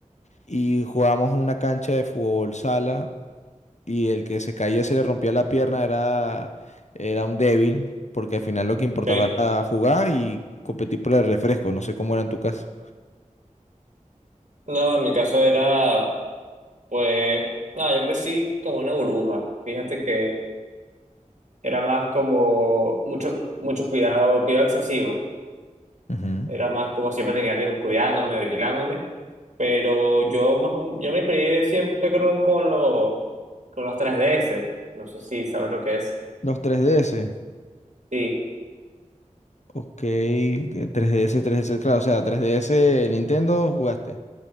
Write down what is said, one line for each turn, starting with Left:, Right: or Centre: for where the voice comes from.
Left: y jugábamos en una cancha de fútbol sala y el que se caía se le rompía la pierna era, era un débil, porque al final lo que importaba
Right: ok.
Left: era jugar y competir por el refresco, no sé cómo era en tu caso.
Right: No, en mi caso era Pues nada, yo crecí como una burbuja. Fíjate que era más como mucho, mucho cuidado, cuidado excesivo.
Left: Ujú.
Right: Era más como siempre tenía alguien cuidándome o vigilándome. Pero yo más, o- yo me crié siempre fue con, con los con los 3DS. No sé si sabes lo que es.
Left: Los 3DS,
Right: Sí,
Left: ok, que 3DS, 3DS, claro, o sea, 3DS Nintendo jugaste.